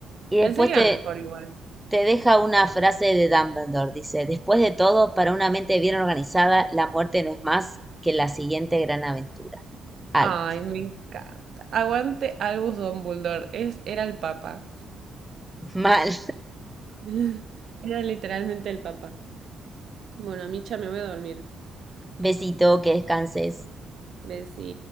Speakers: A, in the centre; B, on the right.
A: Y
B: Pensé
A: después
B: que
A: te,
B: era mejor igual.
A: te deja una frase de Dumbledore, dice, después de todo, para una mente bien organizada, la muerte no es más que la siguiente gran aventura. Algo.
B: Ay, me encanta. Aguante Albus Dumbledore. Es, era el papa.
A: <laughs> Mal.
B: <laughs> Era literalmente el papa. Bueno, Micha, me voy a dormir.
A: Besito, que descanses.
B: Besí.